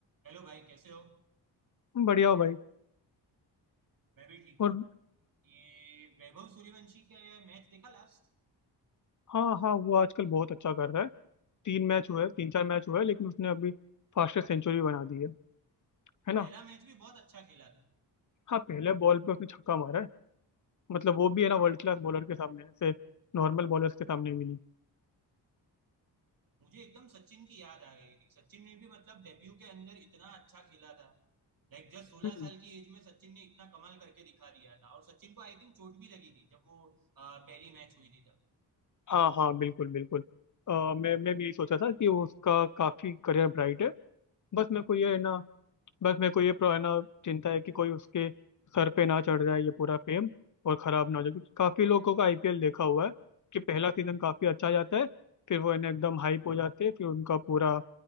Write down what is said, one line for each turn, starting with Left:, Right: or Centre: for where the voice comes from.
Right: Hello भाई कैसे हो
Left: बढ़िया हो भाई
Right: मैं भी ठीक
Left: और
Right: हूँ ये वैभव सूर्यवंशी का ये मैच देखा लास्ट
Left: हाँ हाँ वो आजकल बहुत अच्छा कर रहा है तीन मैच हुए तीन चार मैच हुए लेकिन उसने अभी फास्टेस्ट सेंचुरी बना दी है है ना
Right: पहला मैच भी बहुत अच्छा खेला था
Left: हाँ पहले बॉल पे उसने छक्का मारा है मतलब वो भी है ना वर्ल्ड क्लास बॉलर के सामने ऐसे नॉर्मल बॉलर्स के सामने भी नहीं
Right: मुझे एकदम सचिन की याद आ गई थी सचिन ने भी मतलब डेब्यू के अंदर इतना अच्छा खेला था लाइक जस्ट सोलह
Left: हम्म
Right: साल की एज में सचिन ने इतना कमाल करके दिखा दिया था और सचिन को आई थिंक चोट भी लगी थी जब वो अ, पहली मैच हुई थी तब
Left: हाँ हाँ बिल्कुल बिल्कुल अ, मैं मैं भी यही सोचा था कि उसका काफी करियर ब्राइट है बस मेरे को ये है ना बस मेरे को ये प्रो- है ना चिंता है कि कोई उसके सर पे ना चढ़ जाए ये पूरा फेम और खराब ना हो जाए क्योंकि काफी लोगों का आईपीएल देखा हुआ है कि पहला सीजन काफी अच्छा जाता है फिर वो है ना एकदम हाइप हो जाते हैं फिर उनका पूरा